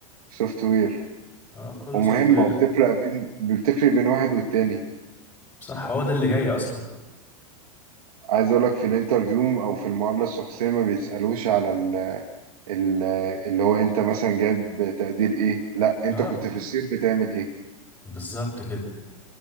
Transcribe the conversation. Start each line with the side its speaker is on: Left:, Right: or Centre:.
Right: سوفت وير
Left: اه كله
Right: ومهمة
Left: سوفت وير
Right: وبتفرق بين بتفرق بين واحد والتاني
Left: صح هو ده اللي جاي اصلا
Right: عايز أقول لك في الانترفيو أو في المقابلة الشخصية ما بيسألوش على ال ال- اللي هو أنت مثلا جايب تقدير إيه لا أنت
Left: اه
Right: كنت في الصيف بتعمل إيه
Left: بالظبط كده